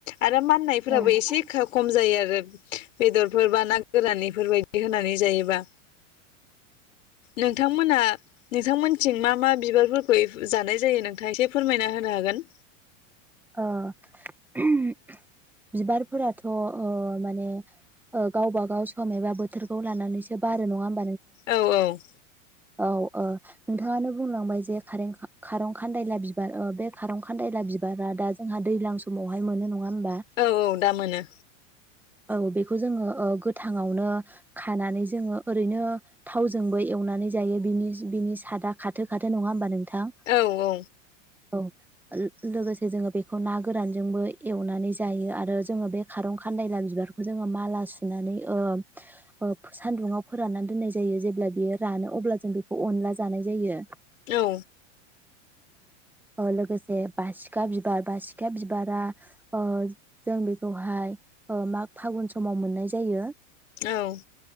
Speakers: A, on the left; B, in the centre.
A: आरो माननायफोराबो
B: औ
A: एसे खम जायो आरो बेदरफोर बा ना गोरानैफोरबायायदि होनानै जायोबा नोंथांमोना नोंथांमोनथिं मा मा बिबारफोरखौ जानाय जायो नों खायसे फोरमायना होनो हागोन।
B: आ बिबारफोराथ' माने गावबागाव सम एबा बोथोरखौ लानानैसो बारो नङा हो
A: औ औ
B: औ औ नोंथाङानो बुंलांबाय जे खारं खान्दायला बिबार बे खारं खान्दायला बिबार दा जोंहा दैलां समावहाय मोनो नङा होमबा
A: औ औ दा मोनो।
B: औ बेखौ जोङो ओ गोथांआवनो खानानै जोङो ओरैनो थावजोंबो एवनानै जायो बिनि बिनि सादा खाथो खाथो नङा होमबा नों थां
A: औ औ
B: औ लोगोसे जोङो बेखौ ना गोरानजोंबो एवनानै जायो आरो जोङो बे खारं खान्दायला बि बिबारखौ जोङो माला सुनानै ओ सान्दुुंआव फोराननानै दोननाय जायो जेब्ला बियो रानो अब्ला जों बेखौ अनला जानाय जायो।
A: औ
B: औ लोगोसे बासिखा बिबार बासिखा बिबारा ओ जों बेखौहाय माग फागुन समाव मोननाय जायो
A: औ